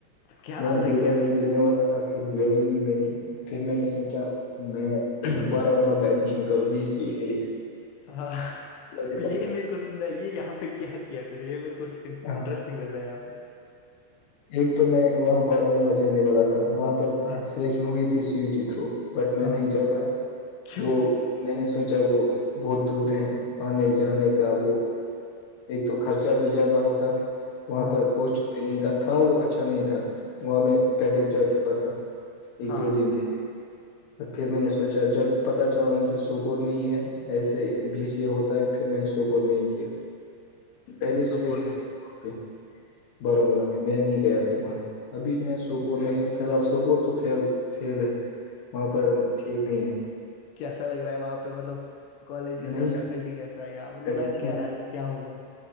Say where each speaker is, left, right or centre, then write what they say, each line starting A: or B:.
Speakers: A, on the left (about 80°); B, on the left (about 60°).
A: کیا
B: میں نے
A: الگ
B: جے
A: کیا
B: ڈبل
A: تھا
B: دینے والا تھا پھر دیا ہی نہیں میں نے پھر میں نے سوچا میں باراملہ میں ایڈمیشن کروں بی سی اے کے لیے
A: ہاں
B: وہاں
A: یہ میرے کو سند یہ یہاں پہ کیا کیا تھا یہ میرے کو انٹرسٹ
B: ہاں
A: لگ رہا ہے آاں پ سے
B: ایک تو میں وہاں بارامولہ جانے والا تھا وہاں پر
A: ہاں
B: سلیکشن ہوئی تھی سی و ٹی تھرو بٹ میں
A: ہاں
B: نہیں جا پایا
A: کیوں
B: وہ میں نے سوچا وہ بہت دور ہے آنے جانے کا وہ ایک تو خرچہ بھی زیادہ ہوتا ہے وہاں
A: ہاں
B: پر پٹ بھی نہیں تھا تھا وہ اچھا نہیں تھا وہاں میں پہلے ہی جا چکا تھا ایک
A: ہاں
B: دو دن کے ہے ب پھر میں نے سوچا جب پتا چلا مجھے سوپور میں ہی ہے ایسے بی سی اے ہوتا ہے پھر میں نے سوپور میں ہی کیا پہلے
A: پھر سوپور
B: سلیکشن ہو
A: میں
B: وہاں پہ بارامولہ میں میں نہیں گیا پھر وہاں ابھی میں سوپور میں ہوں فی الحال سوپور تو فیل ہے وہاں پر ٹھیک نہیں ہے
A: کیسا لگ رہا ہے وہاں پہ مطلب کالج کیسا
B: نہیں
A: فیکلٹی کیسا مطلب
B: ایڈمیشن
A: لگ کیا رہا ہے کہ کیا ہوگا